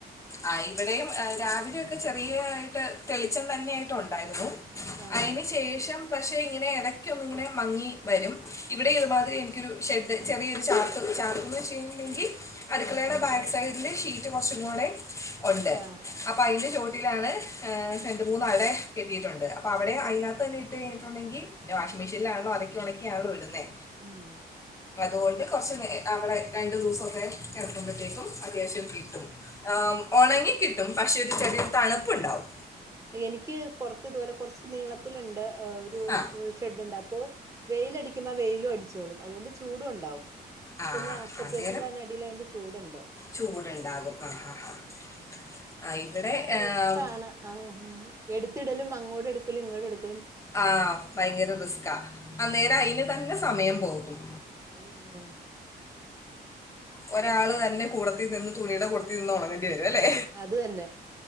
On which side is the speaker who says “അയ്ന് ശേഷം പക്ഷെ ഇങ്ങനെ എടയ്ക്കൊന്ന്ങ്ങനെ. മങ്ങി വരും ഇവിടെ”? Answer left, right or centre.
Left